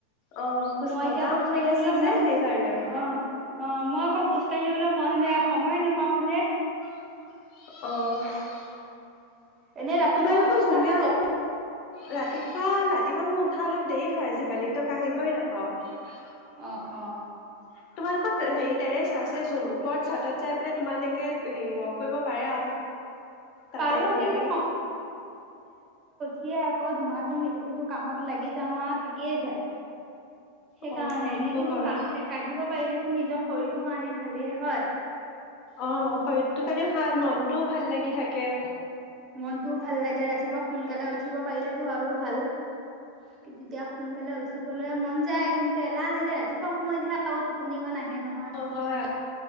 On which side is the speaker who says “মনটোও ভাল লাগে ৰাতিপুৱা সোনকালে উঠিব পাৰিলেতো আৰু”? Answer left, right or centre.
Right